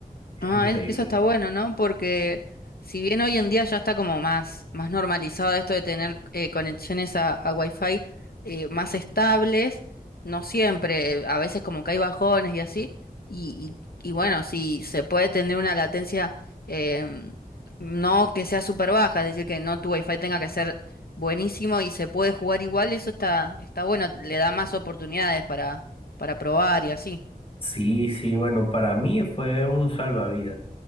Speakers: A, on the left (about 40°); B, on the left (about 80°).
A: Es
B: Ah,
A: increíble.
B: e- eso está bueno, ¿no? Porque si bien hoy en día ya está como más, más normalizado esto de tener eh, conexiones a, a Wi-Fi eh, más estables, no siempre, a veces como que hay bajones y así, y, y, y bueno, si se puede tener una latencia em, no que sea súper baja, es decir, que no tu Wi-Fi tenga que ser buenísimo y se puede jugar igual, eso está, está bueno, le da más oportunidades para, para probar y así.
A: Sí, sí, bueno, para mí fue un salvavidas.